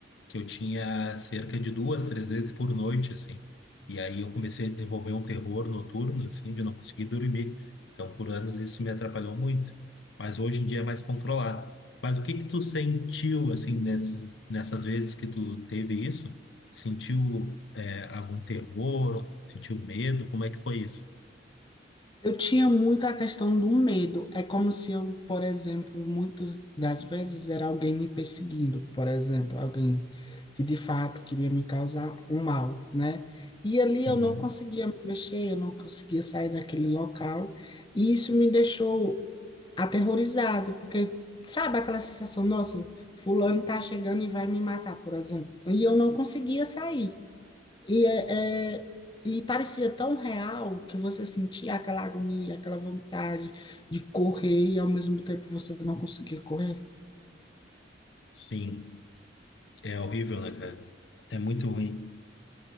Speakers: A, on the left; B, on the left.
A: que eu tinha cerca de duas, três vezes por noite, assim. E aí eu comecei a desenvolver um terror noturno, assim, de não conseguir dormir. Então, por anos isso me atrapalhou muito, mas hoje em dia é mais controlado. Mas o que que tu sentiu, assim, nesses, nessas vezes que tu teve isso? Sentiu é, algum terror? Sentiu medo? Como é que foi isso?
B: Eu tinha muito a questão do medo. É como se eu, por exemplo, muitas das vezes era alguém me perseguindo, por exemplo, alguém que de fato queria me causar um mal, né? E ali eu
A: Uhum.
B: não conseguia me mexer, eu não conseguia sair daquele local, e isso me deixou aterrorizado, porque sabe aquela sensação, nossa, fulano tá chegando e vai me matar, por exemplo, e eu não conseguia sair. E, é, é- e parecia tão real que você sentia aquela agonia, aquela vontade de correr e ao mesmo tempo você não conseguia correr.
A: Sim, é horrível, né, cara? É muito ruim.